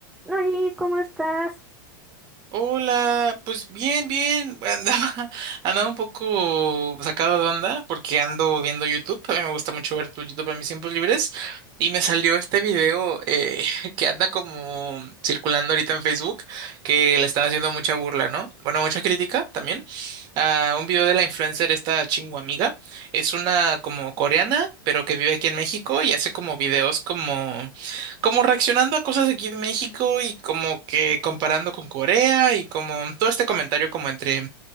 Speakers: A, in the centre; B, on the right.
A: Oli, ¿cómo estás?
B: Hola, pues bien, bien. Andaba, <laughs> andaba un poco sacado de onda porque ando viendo YouTube. A mí me gusta mucho ver tu YouTube en mis tiempos libres. Y me salió este video eh, <laughs> que anda como circulando ahorita en Facebook, que le están haciendo mucha burla, ¿no? Bueno, mucha crítica también. a un video de la influencer esta Amiga. Es una como coreana, pero que vive aquí en México y hace como videos como como reaccionando a cosas aquí de México y como que comparando con Corea y como todo este comentario como entre